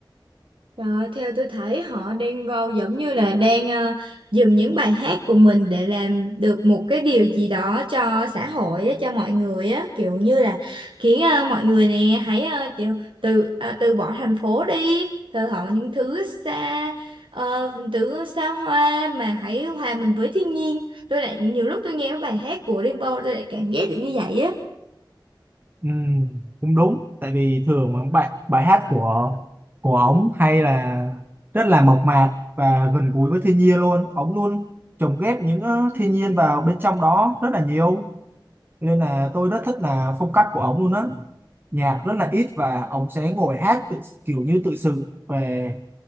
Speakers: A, on the right (about 85°); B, on the right (about 25°).
A: Đó, theo tôi thấy họ đang vào giống như là đang ờ, dùng những bài hát của mình để làm được một cái điều gì đó cho xã hội á, cho mọi người á kiểu như là khiến ờ, mọi người nè hãy ờ, kiểu từ ờ, từ bỏ thành phố đi thờ họ những thứ xa ờ, thứ xa hoa mà hãy hòa mình với thiên nhiên tôi lại nhiều lúc tôi nghe cái bài hát của Đen Vâu tôi lại cảm giác được như vậy á
B: Ừ, cũng đúng tại vì thường mà bài bài hát của của ống hay là rất là mộc mạc và gần gũi với thiên nhiên luôn ống luôn lồng ghép những ờ, thiên nhiên vào bên trong đó rất là nhiều nên là tôi rất thích là phong cách của ống luôn á nhạc rất là ít và ống sẽ ngồi hát tự, kiểu như tự sự về